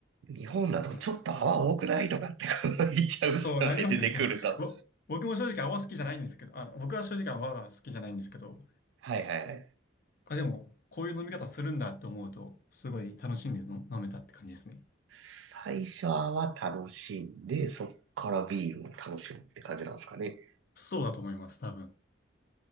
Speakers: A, on the right; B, on the left.
A: 日本だとちょっと泡多くないとかってこう言っちゃうっすよね、
B: 楽しんでましたね。そうなりますよね。
A: 出てくると。
B: <laughs> ぼ僕も正直泡好きじゃないんですけど、あ、僕は正直泡が好きじゃないんですけど、
A: はいはいはい。
B: あ、でも、こういう飲み方するんだって思うと、すごい楽しんで飲飲めたって感じですね。
A: 最初は楽しんで、そっからビールを楽しむって感じなんですかね。
B: そうだと思います、多分。